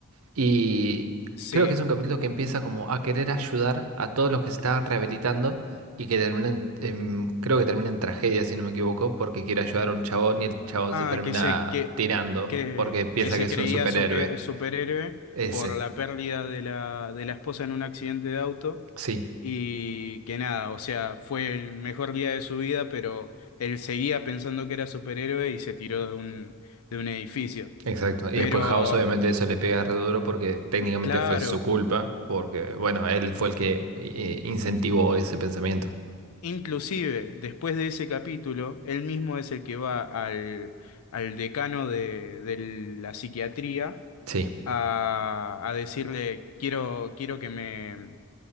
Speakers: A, on the right (about 80°); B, on the left (about 85°).
A: y
B: Sí.
A: creo que es un capítulo que empieza como a querer ayudar a todos los que se estaban rehabilitando y que termina en, en- creo que termina en tragedia, si no me equivoco, porque quiere ayudar a un chabón y el chabón
B: Ah,
A: se termina
B: que se, que,
A: tirando
B: que,
A: porque piensa
B: que se
A: que es
B: creía
A: un superhéroe.
B: su, que- superhéroe
A: Ese,
B: por la pérdida de la, de la esposa en un accidente de auto
A: sí.
B: y que nada, o sea, fue el mejor día de su vida, pero él seguía pensando que era superhéroe y se tiró de un, de un edificio.
A: Exacto. Y
B: Pero,
A: después House, obviamente, eso le pega re duro porque técnicamente
B: claro,
A: fue su culpa, porque, bueno, él fue el que eh, incentivó ese pensamiento.
B: inclusive después de ese capítulo, él mismo es el que va al, al decano de, de la psiquiatría
A: Sí,
B: a, a decirle, quiero, quiero que me,